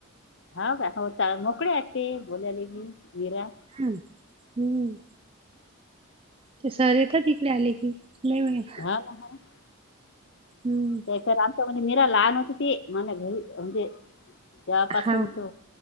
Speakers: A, on the left (about 55°); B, on the right (about 25°).
A: हो काय? हो मोकळे आहेत ते बोलायले बी. मीरा
B: हम्म हम्म. ते सर येतात इकडे आले की लय वेळेला.
A: <unintelligible>
B: हम्म.
A: ते सर आमचा म्हणजे मीरा लहान होती ती. मने घरी म्हणजे तेव्हापासून
B: हा
A: तो